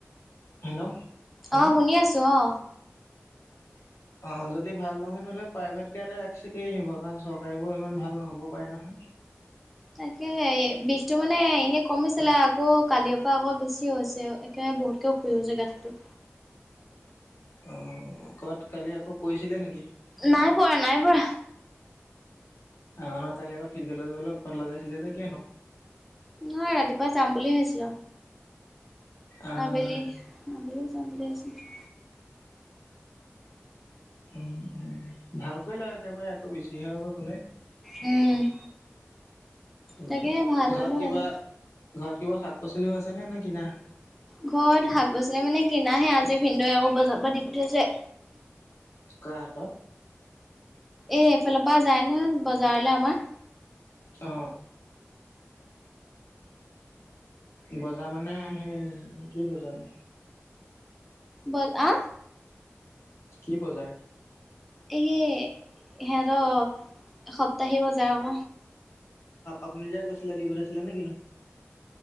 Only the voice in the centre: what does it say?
অ', শুনি আছো অ'।
তাকে হে বিষটো মানে এনে কমিছিলে, আকৌ কালিৰ পৰা আকৌ বেছি হৈছে। একে বহুতকে ফুলি হৈছে গাঁঠিটো।
নাই পৰা, নাই পৰা।
নহয় ৰাতিপুৱা যাম বুলি ভাবিছিলো,
আবেলি। আবেলি যাম বুলি ভাবিছিলো।
উম।
তাকে
ভাল হ'ল
হয়।
ঘৰত শাক পাচলি মানে কিনাহে, আজি ভিনদেও আকৌ বজাৰৰ পৰা দি পঠিয়াইছে।
এ এইফালৰ পা যায় নহয় বজাৰলে আমাৰ।
ব আ?
এই সিহঁতৰ সপ্তাহিক বজাৰ অক।